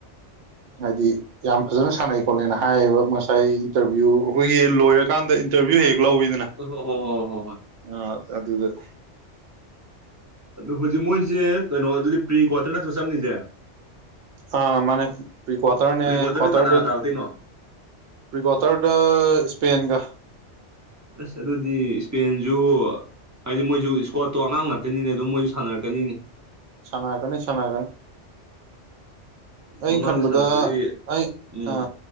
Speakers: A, on the right; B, on the right.
A: ꯍꯥꯏꯗꯤ ꯌꯥꯝ ꯐꯖꯅ ꯁꯥꯟꯅꯩ ꯈꯣꯠꯂꯅ ꯍꯥꯏꯌꯦꯕ ꯉꯁꯥꯏ ꯏꯟꯇꯔꯚꯤꯌꯨ ꯑꯩꯈꯣꯏꯒꯤ ꯂꯣꯏꯔꯀꯥꯟꯗ ꯏꯟꯔꯚꯤꯌ ꯍꯦꯛ ꯂꯧꯕꯤꯗꯅ
B: ꯍ ꯍꯣ ꯍ ꯍꯣ ꯍꯣꯏ
A: ꯑ ꯑꯗꯨꯗꯗ
B: ꯑꯗꯨ ꯍꯧꯖꯤꯛ ꯃꯣꯏꯁꯦ ꯀꯩꯅꯣ ꯑꯗꯨꯗꯤ ꯄ꯭ꯔꯤ ꯀ꯭ꯋꯥꯇꯔꯅꯁꯨ ꯆꯪꯉꯤꯁꯦ
A: ꯑ ꯃ ꯀꯇꯔꯅꯦ
B: ꯄ꯭ꯔꯤ ꯀ꯭ꯋꯥꯇꯔꯗ
A: ꯀꯇꯔꯗ
B: ꯀꯅꯥꯒ ꯇꯥꯔꯛꯇꯣꯏꯅꯣ
A: ꯄ꯭ꯔꯤꯀ꯭ꯋꯥꯇꯔꯗ ꯁ꯭ꯄꯦꯟꯒ
B: ꯑꯁ ꯑꯗꯨꯗꯤ ꯏꯁꯄꯦꯟꯁꯨ ꯍꯥꯏꯗꯤ ꯃꯣꯏꯁꯨ ꯏꯁꯀꯣꯠꯇꯣ ꯑꯉꯥꯡ ꯉꯥꯛꯇꯅꯤꯅꯦ ꯑꯗꯨꯝ ꯃꯣꯏꯁꯨ ꯁꯥꯟꯅꯔꯛꯀꯅꯤꯅꯦ
A: ꯁꯅꯒꯅꯤ ꯁꯅꯒꯅꯤ ꯑꯩꯅ
B: ꯃꯃꯥꯡꯗ
A: ꯈꯟꯕꯗ
B: ꯁꯥꯟꯅꯕꯗꯗꯤ
A: ꯑꯩ
B: ꯎꯝ
A: ꯑ